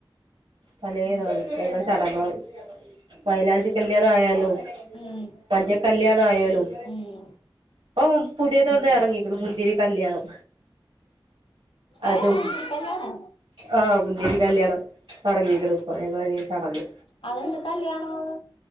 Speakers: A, on the right; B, on the left.
A: പലേതാണ്
B: ഉം
A: ഞങ്ങൾ ചടങ്ങേള് മൈലാഞ്ചി കല്യാണം ആയാലും
B: ഉം
A: മഞ്ഞ കല്യാണം ആയാലും
B: ഉം
A: ഇപ്പം പുതിയതൊന്ന്
B: ഉം
A: എറങ്ങീക്ക്‌ണ് മുന്തിരി കല്യാണം അതും
B: ഏഹ് മുന്തിരി കല്യാണോ
A: ആഹ് മുന്തിരി കല്യാണം തൊടങ്ങീക്ക്‌ണ് ഇപ്പൊ ഞങ്ങളെ ഈ ചടങ്ങ്
B: അതെന്ത് കല്യാണ അത്